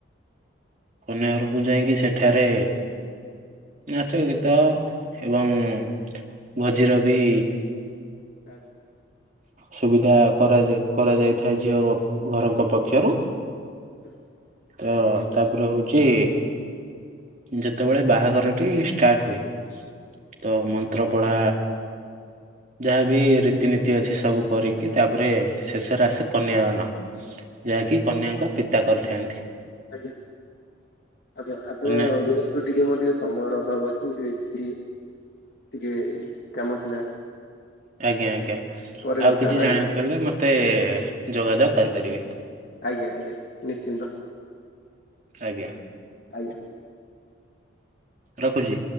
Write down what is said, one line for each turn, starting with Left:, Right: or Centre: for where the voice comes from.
Right: କନ୍ୟାଘରୁକୁ ଯାଇଁକି ସେଠାରେ ନାଚ ଗୀତ ଏବଂ ଭୋଜିର ବି
Left: ଆଇ
Right: ସୁବିଧା କରାଯାଏ କରାଯାଇଥାଏ ଝିଅ ଘରଙ୍କ ପକ୍ଷରୁ
Left: ହଁ।
Right: ତ ତାପରେ ହଉଛି ଯେତବେଳେ ବାହାଘରଟି ଷ୍ଟାର୍ଟ୍ ହୁଏ ତ ମନ୍ତ୍ର ପଢା ଯାହାବି ରି ରୀତିନୀତି ଅଛି ସବୁ କରିକି ତାପରେ ଶେଷରେ ଆସେ କନ୍ୟାଦାନ ଯାହାକି କନ୍ୟାଙ୍କ ପିତା କରିଥାନ୍ତି।
Left: ଆଜ୍ଞା ଆଜ୍ଞା ଆପଣ
Right: କନ୍ୟା
Left: <unintelligible> ଯୋଉ ଟିକେ ମୋର ଟିକେ ସମୟର ଅଭାବ ଅଛି ମୁଁ ଟିକେ ଫ୍ରୀ ଟିକେ କାମ ଥିଲା।
Right: ଆଜ୍ଞା ଆଜ୍ଞା
Left: ପରେ
Right: ଆଉ
Left: କଥା
Right: କିଛି
Left: ହବା
Right: ଜାଣିବାକୁ
Left: ଆଜ୍ଞା
Right: ହେଲେ ମତେ ଯୋଗାଯୋଗ କରିପାରିବେ।
Left: ଆଜ୍ଞା ଆଜ୍ଞା ନିଶ୍ଚିନ୍ତ।
Right: ଆଜ୍ଞା।
Left: ଆଜ୍ଞା।
Right: ରଖୁଚି।